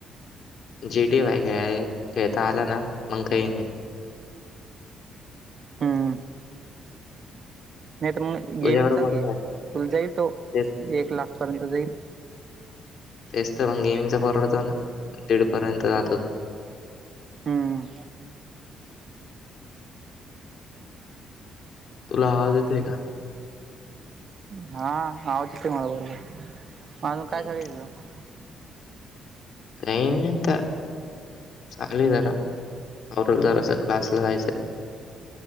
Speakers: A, on the left; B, on the right.
A: जीटी वाय खे खेळता आला ना मग काही नाही
B: हम्म नाही तर मग गेमिंगचाच
A: तुझ्याकडे कोणता
B: घे तुला
A: आहे?
B: जाईल तो
A: तेच
B: एक लाख पर्यंत जाईल
A: तेच तर मग गेमिंगचा परडत ना दीड पर्यंत जात होतो
B: हम्म
A: तुला हवा देते का
B: हा आवाचित मला बरोबर मग अजून काय
A: हं
B: झाग तं
A: काहीनता चाले जराल जरा अस क्लासला जायचं